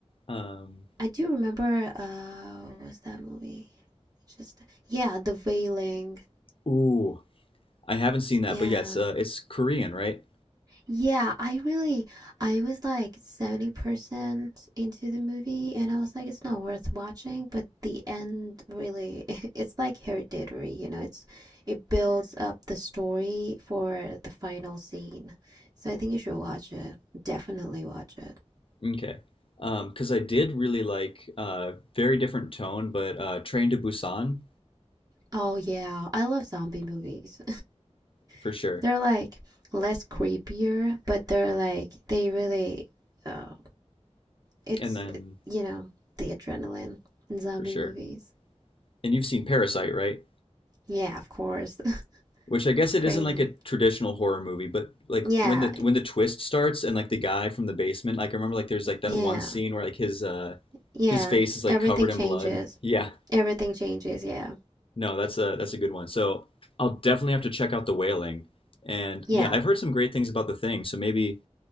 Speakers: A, on the left (about 50°); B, on the right (about 35°).
A: Um.
B: I do remember uh what's that movie? Just yeah, The Wailing.
A: Ooh, I haven't seen that,
B: Yeah.
A: but yeah, it's uh, it's Korean, right?
B: Yeah, I really, I was like 70% into the movie, and I was like, it's not worth watching, but the end really, <laughs> it's like hereditary, you know, it's it builds up the story for the final scene. So I think you should watch it. Definitely watch it.
A: Okay. Um, 'cause I did really like uh very different tone, but uh Train to Busan
B: Oh yeah, I love zombie movies.
A: for
B: <laughs>
A: sure.
B: They're like less creepier, but they're like they really, uh, it's,
A: And then
B: you know, the adrenaline in zombie
A: for sure.
B: movies.
A: And you've seen Parasite, right?
B: Yeah, of course. <laughs>
A: Which I guess it
B: Crazy.
A: isn't like a traditional horror movie, but like
B: Yeah,
A: when the when the twist starts and like the guy from the basement, like I remember like there's like that
B: yeah,
A: one scene where like his uh
B: yeah.
A: his face is like
B: Everything
A: covered in
B: changes.
A: blood. Yeah.
B: Everything changes. Yeah,
A: No, that's a that's a good one. So I'll definitely have to check out The Wailing. And
B: yeah,
A: yeah, I've heard some great things about The Thing, so maybe